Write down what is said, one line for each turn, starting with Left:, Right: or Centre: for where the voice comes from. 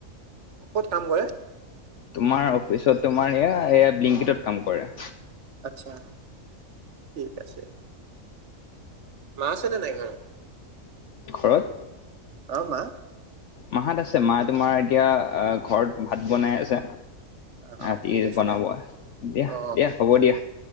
Right: ক'ত কাম কৰে?
Left: তোমাৰ অফিচত তোমাৰ ব্লিংকিটত কাম কৰে।
Right: আত্চ্ছা ঠিক আছে। মা আছেনা নাই ঘৰত?
Left: ঘৰত।
Right: অ মা?
Left: মাহত আছে মা তোমাৰ এতিয়া ঘৰত ভাত বনাই আছে।
Right: অ
Left: ৰাতি
Right: ঠিক আছে
Left: বনাব
Right: দিয়া
Left: দিয়া
Right: অ
Left: দিয়া হ'ব দিয়া